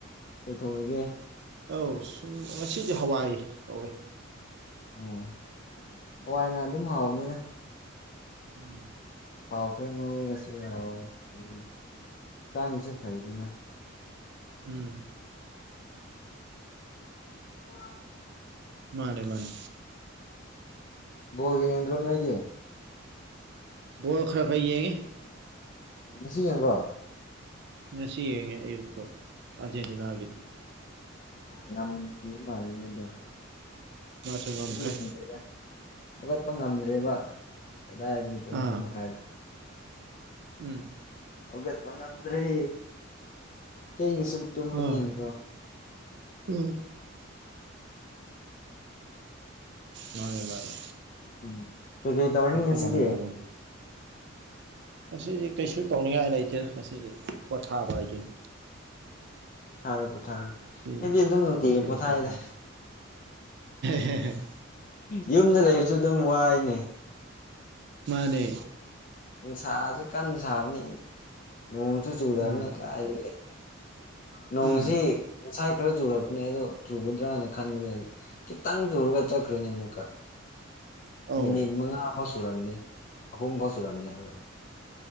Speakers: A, on the left; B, on the right.
A: ꯀꯩ ꯊꯣꯡꯑꯒꯦ
B: ꯑꯧ ꯁꯨꯝ ꯉꯁꯤꯗꯤ ꯍꯥꯋꯥꯏ ꯇꯧꯔꯦ
A: ꯑꯣ ꯍꯋꯥꯏꯅ ꯑꯗꯨꯝ ꯍꯥꯎꯕꯅꯤꯗꯥ
B: ꯎꯝ
A: ꯊꯥꯎ ꯈꯔ ꯉꯧꯔꯒꯁꯨ ꯌꯥ ꯑꯗꯨꯅ ꯍꯛꯆꯥꯡꯒꯤꯁꯨ ꯐꯩꯗꯅ
B: ꯎꯝ
A: ꯍꯥꯔꯥꯎꯅꯥ ꯅꯣꯛꯀꯅꯤ
B: ꯃꯥꯅꯦ ꯃꯥꯅꯦ
A: ꯕꯣꯜ ꯌꯦꯡꯗꯔꯣ ꯅꯣꯏꯗꯤ
B: ꯕꯣꯜ ꯈꯔ ꯈꯔ ꯌꯦꯡꯏ
A: ꯉꯁꯤ ꯌꯦꯡꯕ꯭ꯔꯣ
B: ꯉꯁꯤ ꯌꯦꯡꯉꯦ ꯑꯌꯨꯛꯇꯣ ꯑꯥꯔꯖꯦꯟꯇꯤꯅꯥꯒꯤꯗꯨ
A: ꯉꯝꯈꯤ ꯃꯥꯟꯂꯦꯅꯦ ꯑꯗꯣ ꯑꯩꯗꯤ
B: ꯃꯥꯁꯨ ꯉꯝꯈ꯭ꯔꯦ
A: ꯌꯦꯡꯗꯦꯗ ꯍꯧꯒꯠꯄ ꯉꯝꯗ꯭ꯔꯦꯕ
B: ꯎꯝ
A: ꯀꯗꯥꯏꯗꯒꯤ ꯄꯨꯡ ꯑꯍꯨꯝ
B: ꯑꯥ
A: ꯃꯈꯥꯏꯗ
B: ꯎꯝ
A: ꯍꯧꯒꯠꯄ ꯉꯝꯗ꯭ꯔꯦ ꯊꯦꯡꯅ ꯁꯨꯝ ꯇꯨꯝꯕꯥꯅꯤꯅꯥꯀꯣ
B: ꯑꯥ ꯎꯝ ꯃꯥꯅꯦ ꯃꯥꯅꯦ
A: ꯎꯝ ꯀꯩꯀꯩ ꯇꯧꯔꯅꯤ
B: ꯍꯦꯛꯇ
A: ꯉꯁꯤꯗꯤ
B: ꯉꯝꯗꯕꯅꯤ ꯉꯁꯤꯗꯤ ꯀꯩꯁꯨ ꯇꯧꯅꯤꯡꯉꯥꯏ ꯂꯩꯇꯦꯗꯥ ꯉꯁꯤꯗꯤ ꯄꯣꯊꯥꯕ ꯍꯥꯏꯗꯨꯅꯤ
A: ꯄꯣꯊꯥꯔꯣ ꯄꯣꯊꯥꯔꯣ
B: ꯉꯁꯤꯗꯤ
A: ꯑꯩꯗꯤ ꯑꯗꯨꯝ ꯅꯨꯡꯗꯤꯒꯤ
B: ꯉꯁꯤꯗꯤ
A: ꯄꯣꯊꯥꯏꯗ
B: ꯄꯣꯊꯥꯕ <unintelligible>
A: ꯌꯨꯝꯗ ꯂꯩꯕꯖꯨ ꯑꯗꯨꯝ ꯋꯥꯏꯅꯦ
B: ꯃꯥꯅꯦ
A: ꯅꯨꯡꯁꯥꯁꯨ ꯀꯟꯅ ꯁꯥꯕꯅꯤ ꯅꯣꯡꯁꯨ ꯆꯨꯗꯕꯅꯤ
B: ꯎꯝ
A: ꯀꯥꯏꯗꯒꯤ ꯅꯣꯡꯁꯤ
B: ꯎꯝ
A: ꯉꯁꯥꯏ ꯈꯔ ꯆꯨꯔꯛꯄꯅꯦ ꯑꯗꯣ ꯆꯨꯒꯗ꯭ꯔꯅ ꯈꯟꯕꯅꯦ ꯈꯤꯇꯪ ꯆꯨꯔꯒ ꯆꯠꯈ꯭ꯔꯤꯅꯦ ꯑꯃꯨꯛꯀ
B: ꯑꯧ
A: ꯃꯤꯅꯤꯠ ꯃꯉꯥ ꯐꯥꯎ ꯁꯨꯔꯝꯅꯦ ꯑꯍꯨꯝ ꯐꯥꯎ ꯁꯨꯔꯝꯗꯦ ꯍꯥꯏꯕ